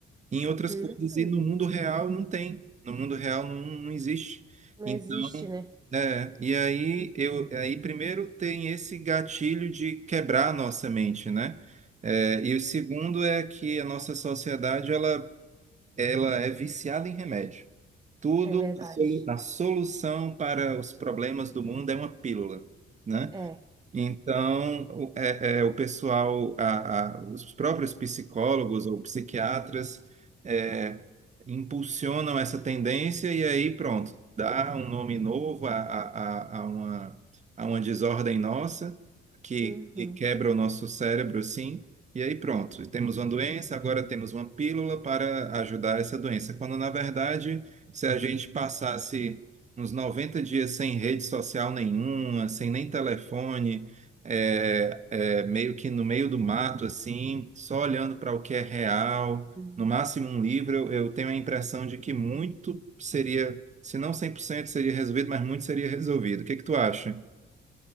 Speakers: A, on the right; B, on the right.
A: em outras
B: uhum.
A: coisas e no mundo real não tem. No mundo real não, não existe.
B: Não
A: Então,
B: existe, né?
A: é, e aí eu aí primeiro tem esse gatilho de quebrar a nossa mente, né? É, e o segundo é que a nossa sociedade ela, ela é viciada em remédio. Tudo,
B: É verdade.
A: a solu- a solução para os problemas do mundo é uma pílula, né?
B: É.
A: Então, o é- é, o pessoal, a- a- os próprios psicólogos ou psiquiatras é, impulsionam essa tendência e aí pronto, dá um nome novo a, a- a- a uma, a uma desordem nossa que,
B: Uhum.
A: que quebra o nosso cérebro, sim. E aí pronto, temos uma doença, agora temos uma pílula para ajudar essa doença. Quando, na verdade, se a gente passasse uns 90 dias sem rede social nenhuma, sem nem telefone, é, é, meio que no meio do mato, assim, só olhando para o que é real.
B: Sim.
A: No máximo um livro, eu, eu tenho a impressão de que muito seria, se não 100% seria resolvido, mas muito seria resolvido. O que que tu acha?